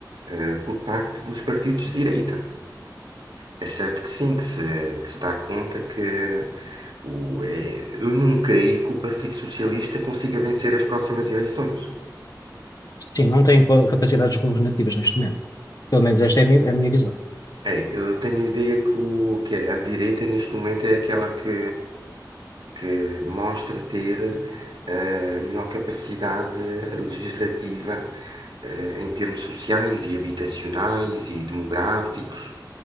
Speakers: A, on the right; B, on the left.
A: eh, por parte dos partidos de direita. É certo que sim, que se, que se dá conta que o, é, eu não creio que o Partido Socialista consiga vencer as próximas eleições.
B: Sim, não tem co- capacidades governativas neste momento. Pelo menos esta é a minha, a minha visão.
A: É, eu tenho a ideia que, o, que a direita neste momento é aquela que, que mostra ter eh, a melhor capacidade legislativa eh, em termos sociais e habitacionais e demográficos